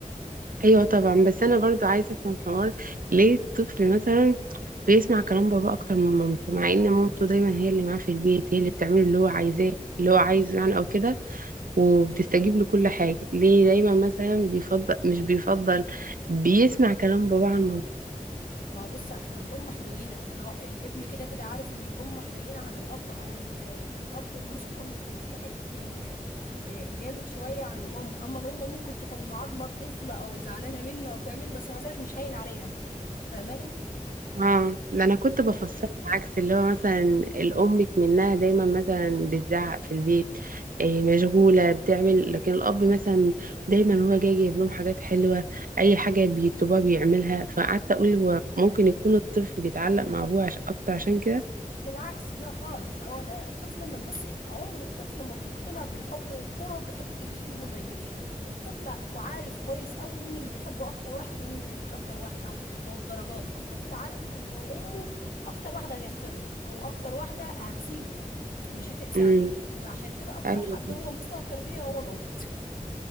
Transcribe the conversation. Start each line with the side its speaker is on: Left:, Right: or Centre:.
Right: أيوة طبعا بس أنا برضو عايزة أفهم حوار ليه الطفل مثلا بيسمع كلام بابا أكتر من مامته مع إن مامته دايما هي اللي معاه في البيت هي اللي بتعمله اللي هو عايزاه اللي هو عايزه يعني أو كده وبتستجيب له كل حاجة ليه دايما مثلا بيفضل مش بيفضل بيسمع كلام بابا عن مامته
Left: ما هو بص عشان الأم حنينة لا الابن كده كده عارف إن الأم حنينة عن الأب أو ال- الأب ممكن يكون في حتة ال- آه، جامد شوية عن الأم أما الأم ممكن تكون معاقبة الطفل أو زعلانة منه أو تعمل بس مع ذلك مش هين عليها فاهماني؟
Right: اه ده انا كنت بفصل عكس اللي هو مثلا الام منها دايما مثلا بتزعق في البيت إيه مشغوله بتعمل لكن الاب مثلا دايما هو جاي يجيب لهم حاجات حلوه اي حاجه بيطلبوها بيعملها فقعدت اقول هو ممكن يكون الطفل بيتعلق مع ابوه عش... اكتر عشان كده
Left: بالعكس لا خالص ده هو الطفل ما- بصي عمر الطفل ما بيقتنع بالحب والكره بحته اللي يجيبه وما يجيبش الطفل عارف كويس قوي مين اللي بيحبه اكتر واحد ومين اللي ما بيحبوش اكتر واحد او او الدرجات فالطفل عارف انه امه اكتر واحده هتغفر له او اكتر واحده هتسيبه ومش هتقسى
Right: امم
Left: عليه فعشان كده اكتر
Right: ايوه
Left: حد هو مستوى التربيه هو الام